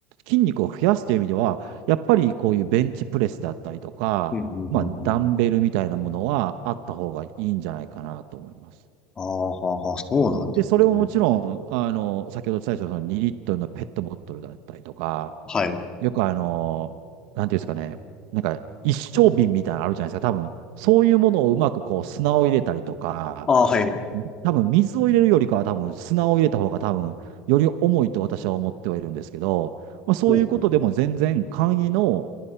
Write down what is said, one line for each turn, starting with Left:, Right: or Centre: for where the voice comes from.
Right: 筋肉を増やすという意味では、やっぱりこういうベンチプレスだったりとか、
Left: うん、うん、
Right: まあ、
Left: うん、
Right: ダンベルみたいなものはあった方がいいんじゃないかなと思います。
Left: うん。ああ、はあはあ、そうなんですね。
Right: で、それをもちろん、あの、先ほどお伝えしたその2リットルのペットボトルだったりとか、
Left: はい。
Right: よくあの、なんていうんですかね、なんか一升瓶みたいなのあるじゃないですか、多分。そういうものをうまくこう砂を入れたりとか、
Left: ああ、はい。
Right: 多分水を入れるよりかは多分砂を入れた方が多分より重いと私は思ってはいるんですけど、まあ、そういうことでも全然簡易の
Left: ほうほう